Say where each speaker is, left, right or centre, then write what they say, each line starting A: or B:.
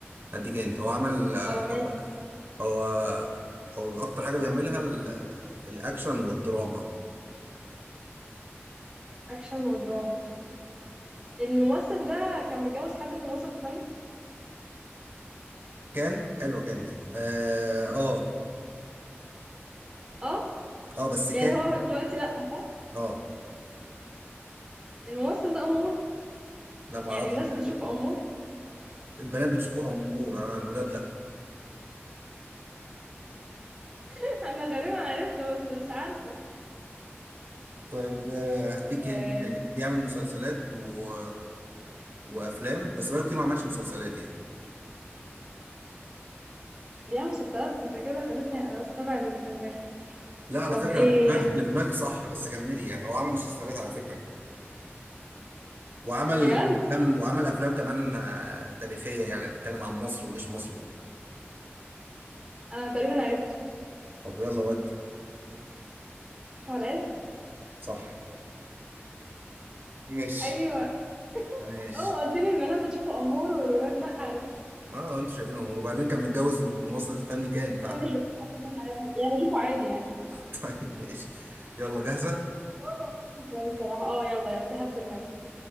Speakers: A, on the right; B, on the right.
A: هديك انت هو عمل
B: اه ماشي
A: هو هو هو اكتر حاجه بيعملها ال- الاكشن والدراما
B: اكشن ودراما الممثل ده كان متجوز حد من الوسط الفني
A: كان حلوه كان دي اه اه
B: اه
A: آه، بس
B: يعني
A: كان
B: هو دلوقتي لا
A: اه
B: الممثل ده امور
A: لا ما
B: يعني
A: اعرفش
B: الناس
A: كان-
B: بتشوفه امور
A: البنات بتشوفوه امور انا الولاد لا
B: <laughs> انا غالبا عرفته بس مش عارفه
A: طيب آه، هديك
B: آه،
A: انت تاني بيعمل مسلسلات و... وافلام بس بقاله كتير ما عملش مسلسلات يعني
B: بيعمل مسلسلات انت كده خلتني استبعد اللي في دماغي
A: لا على
B: طب
A: فكره
B: ايه
A: اللي في دماغك اللي في دماغك صح بس كملي يعني هو عمل مسلسلات على فكره وعمل
B: بجد
A: افلام وعمل افلام كمان آه، تاريخيه يعني بتتكلم عن مصر وجيش مصر
B: انا تقريبا عرفته
A: طب يلا ودي
B: احمد عز
A: صح ماشي
B: ايوه
A: ماشي
B: اه قلت لي البنات بتشوفه امور والولاد لا عرفت
A: ما انتوا شايفين امور وبعدين كان متجوز وفي مصر الفني كان فعلا
B: انا مش بشوفه امور يعني يعني بشوفه عادي يعني
A: <laughs> طيب ماشي يلا جاهزة
B: بس هو كان ممثل كويس صراحه اه يلا يلا في حد في دماغي